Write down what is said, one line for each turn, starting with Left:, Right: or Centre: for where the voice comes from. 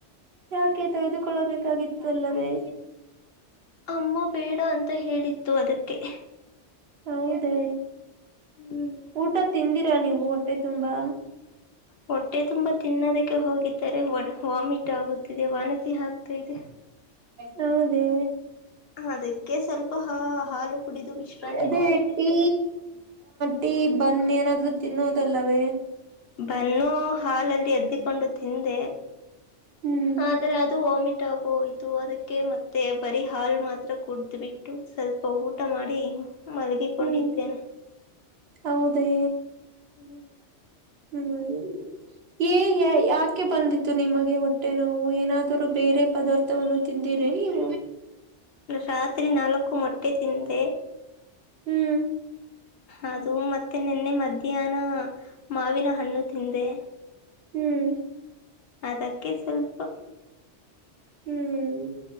Right: ಯಾಕೆ ತೆಗೆದುಕೊಳ್ಳಬೇಕಾಗಿತ್ತು ಅಲ್ಲವೇ.
Left: ಅಮ್ಮ ಬೇಡ ಅಂತ ಹೇಳಿತ್ತು ಅದಕ್ಕೆ.
Right: ಹೌದೇ
Left: ಹ್ಮ್
Right: ಊಟ ತಿಂದಿರಾ ನೀವು ಹೊಟ್ಟೆ ತುಂಬಾ.
Left: ಹೊಟ್ಟೆ ತುಂಬಾ ತಿನ್ನೋದಕ್ಕೆ ಹೋಗಿದ್ದರೆ ವಾಮಿಟ್ ಆಗುತ್ತಿದೆ. ವನತಿ ಹಾಕ ತಿದೆ.
Right: ಹೌದೇ,
Left: ಅದಕ್ಕೆ ಸ್ವಲ್ಪ ಹಾ ಹಾಲು ಕುಡಿದು ವಿಶ್ರಾಂತಿ
Right: ಅದೇ
Left: ಮಾಡುತ್ತಿದ್ದೇನೆ.
Right: ಟೀ ಟೀ ಬನ್ನ ಏನಾದ್ರೂ ತಿನ್ನೋದಲ್ಲವೇ.
Left: ಬನ್ನು ಹಾಲಲ್ಲಿ ಎದ್ದಿಕೊಂಡು ತಿಂದೆ
Right: ಹ್ಮ್
Left: ಆದ್ರೆ ಅದು ವಾಮೀ ಊಟ ಹೋಯ್ತು ಅದಕ್ಕೆ ಮತ್ತೆ ಬರಿ ಹಾಲು ಮಾತ್ರ ಕುಡ್ದ್ ಬಿಟ್ಟು ಸ್ವಲ್ಪ ಊಟ ಮಾಡಿ. ಮಲಗಿಕೊಂಡಿದ್ದೇನೆ.
Right: ಹ್ಮ್ ಹೌದೇ.
Left: <inaudible>
Right: ಹ್ಮ್ ಏ ಯಾಕೆ ಬಂದಿತ್ತು ನಿಮಗೆ ಹೊಟ್ಟೆ ನೋವು ಏನಾದರೂ ಬ ಬೇರೆ ಪದಾರ್ಥವನ್ನು ತಿಂದಿರಿ ನೀವು.
Left: ರಾತ್ರಿ ನಾಲ್ಕು ಮೊಟ್ಟೆ ತಿಂದೆ.
Right: ಹ್ಮ್.
Left: ಅದು ಮತ್ತೆ ನಿನ್ನೆ ಮಧ್ಯಾಹ್ನ ಮಾವಿನ ಹಣ್ಣು ತಿಂದೆ.
Right: ಹ್ಮ್.
Left: ಅದಕ್ಕೆ ಸ್ವಲ್ಪ,
Right: ಹ್ಮ್